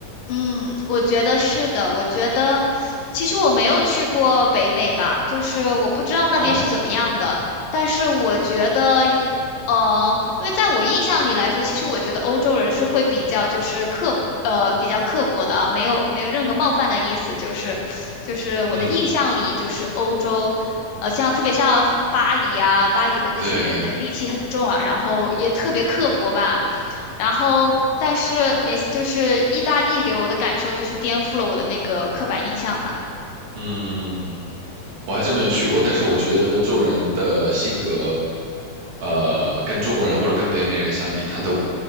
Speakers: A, on the left (about 75°); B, on the right (about 85°).
A: 嗯，我觉得是的。我觉得其实我没有去过北美吧，就是我不知道那边是怎么样的。
B: 哦，
A: 但是我觉得一呃，因为在我印象里来说，其实我觉得欧洲人是会比较就是刻薄，呃，比较刻薄的啊没有没有任何冒犯的意思。就是就是我的印象里，
B: 嗯，
A: 就是欧洲，呃，像特别像巴黎啊，巴黎的那些人的戾气很重啊，
B: 对对，
A: 然后也特别刻薄吧。然后，但是没，就是意大利给我的感受就是颠覆了我的那个刻板印象吧。
B: 嗯。我还真没有去过，但是我觉得欧洲人的性格，呃，跟中国人或者跟北美人相比，他都，